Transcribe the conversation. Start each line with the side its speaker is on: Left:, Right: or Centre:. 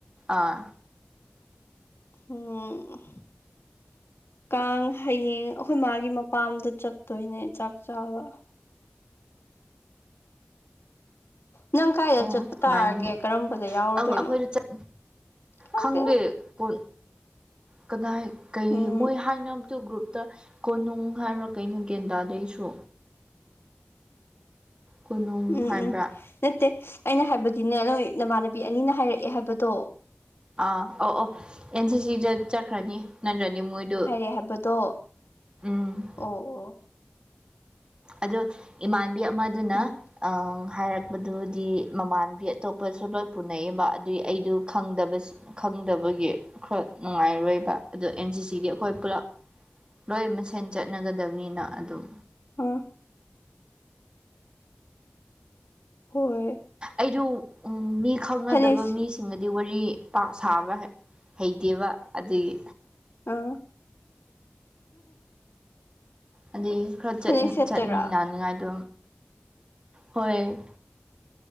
Right: ꯑꯥ
Left: ꯎꯝ ꯀꯥꯡ ꯍꯌꯦꯡ ꯑꯩꯈꯣꯏ ꯃꯥꯒꯤ ꯃꯄꯥꯝꯗ ꯆꯠꯇꯣꯏꯅꯦ ꯆꯥꯛ ꯆꯥꯕ ꯅꯪ ꯀꯥꯏꯗ
Right: ꯅꯨꯡꯉꯥꯏꯅꯤꯅꯦ
Left: ꯆꯠꯄ ꯇꯥꯔꯒꯦ ꯀꯔꯝꯕꯗ ꯌꯥꯎꯔꯗꯣꯏꯅꯣ
Right: ꯑꯧ ꯑꯩꯈꯣꯏꯗ ꯆꯠ
Left: ꯈꯪꯗꯦꯗ
Right: ꯈꯪꯗꯦ ꯀꯣꯟ ꯀꯗꯥꯏ ꯀꯩ
Left: ꯎꯝ
Right: ꯃꯣꯏ ꯍꯥꯏꯅ ꯗꯨ ꯒ꯭ꯔꯨꯞꯇ ꯀꯣꯅꯨꯡ ꯍꯥꯏꯕꯔ ꯀꯩꯅꯣ ꯒ꯭ꯌꯥꯟ ꯇꯥꯗꯦ ꯑꯩꯁꯨ ꯀꯣꯅꯨꯡ
Left: ꯎꯝ
Right: ꯍꯥꯏꯕ꯭ꯔꯥ
Left: ꯎꯝ ꯅꯠꯇꯦ ꯑꯩꯅ ꯍꯥꯏꯕꯗꯤꯅꯦ ꯅꯣꯏ ꯅꯃꯥꯟꯅꯕꯤ ꯑꯅꯤꯅ ꯍꯥꯏꯔꯛꯑꯦ ꯍꯥꯏꯕꯗꯣ
Right: ꯑꯥ ꯑꯣ ꯑꯣ ꯑꯦꯟ ꯁꯤ ꯁꯤꯗ ꯆꯠꯈ꯭ꯔꯅꯤ ꯅꯠꯇ꯭ꯔꯗꯤ ꯃꯣꯏꯗꯨ
Left: ꯑꯩ ꯍꯥꯏꯕꯗꯣ
Right: ꯎꯝ
Left: ꯑꯣ ꯑꯣ
Right: ꯑꯗꯣ ꯏꯃꯥꯟꯅꯕꯤ ꯑꯃꯗꯨꯅ
Left: ꯎꯝ
Right: ꯍꯥꯏꯔꯛꯄꯗꯨꯗꯤ ꯃꯃꯥꯟꯕꯤ ꯑꯇꯣꯞꯄꯁꯨ ꯂꯣꯏ ꯄꯨꯅꯩꯑꯕ ꯑꯗꯨꯏ ꯑꯩꯗꯨ ꯈꯪꯗꯕ ꯈꯪꯗꯕꯒꯤ ꯈꯔ ꯅꯨꯡꯉꯥꯏꯔꯣꯏꯕ ꯑꯗꯣ ꯑꯦꯟ ꯁꯤ ꯁꯤ ꯒꯤ ꯑꯩꯈꯣꯏ ꯄꯨꯂꯞ ꯂꯣꯏ ꯃꯥꯁꯦꯟ ꯆꯠꯅꯒꯗꯕꯅꯤꯅ ꯑꯗꯨꯝ
Left: ꯑꯣ ꯍꯣꯏ
Right: ꯑꯩꯗꯨ ꯃꯤ ꯈꯪꯅꯗꯕ
Left: ꯐꯅꯦꯛ
Right: ꯃꯤ ꯁꯤꯡꯃꯗꯤ ꯋꯥꯔꯤ ꯄꯥꯛ ꯁꯥꯕ ꯍꯩꯇꯦꯕ ꯑꯗꯒꯤ
Left: ꯑꯥ
Right: ꯑꯩ ꯈꯔ
Left: ꯐꯅꯦꯛ ꯁꯦꯠꯇꯣꯏꯔꯣ
Right: ꯆꯠꯃꯤꯟꯅꯅꯤꯉꯥꯏꯗ ꯍꯣꯏ